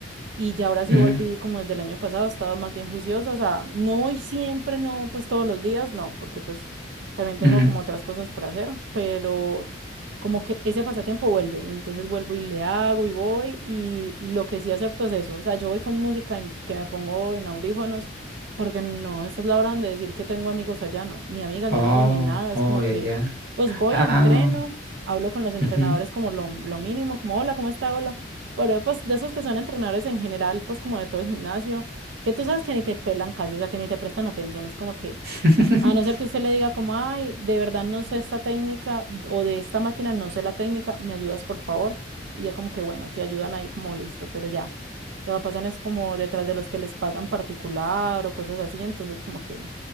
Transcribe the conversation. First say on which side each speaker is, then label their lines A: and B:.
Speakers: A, on the right; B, on the right.
A: y ya ahora sí
B: Mm,
A: volví como desde el año pasado, he estado más bien juicioso, o sea, no voy siempre, no, pues todos los días, no, porque pues también tengo
B: mm.
A: como otras cosas por hacer, pero como que ese pasatiempo vuelve, y entonces vuelvo y le hago y voy y lo que sí acepto es eso, o sea, yo voy con música en- que me pongo en audífonos, porque no, esta es la hora donde decir que tengo amigos allá, no, ni amigas,
B: Oh,
A: ni amigos, ni nada, es
B: oh,
A: como
B: ya,
A: que
B: ya.
A: pues voy,
B: Ah,
A: entreno, hablo con los entrenadores
B: ujú.
A: como lo, lo mínimo, como hola, ¿cómo está? Hola pero pues de esos que son entrenadores en general, pues como de todo el gimnasio, que tú sabes que ni te pelan casi, o sea, que ni te prestan atención, es como que,
B: <laughs>
A: a no ser que usted le diga como, ay, de verdad no sé esta técnica o de esta máquina no sé la técnica, me ayudas por favor, y ya como que bueno, te ayudan ahí como listo, pero ya, ya lo pasan es como detrás de los que les pagan particular o cosas así, entonces como que,